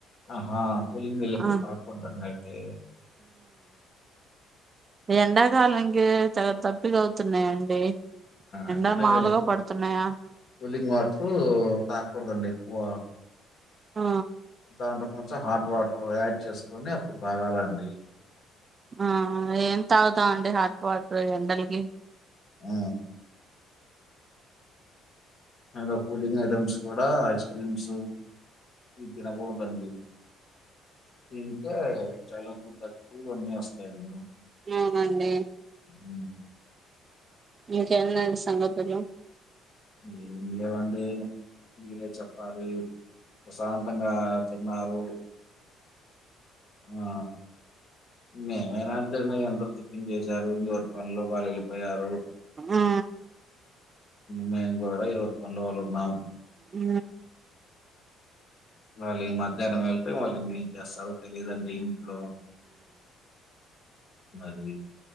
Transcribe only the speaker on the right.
ఆ
ఎండాకాలనికి తగ <unintelligible> దప్పిక అవుతున్నాయండి ఎండ
మాలుగా పడుతున్నాయా <unintelligible>
ఆ
ఆ ఏం తాగుదాం అండి హాట్ వాటర్ ఎండలకి
అవునండి <unintelligible>
ఇంకేంది అండి సంగతులు
ఆ
ఉ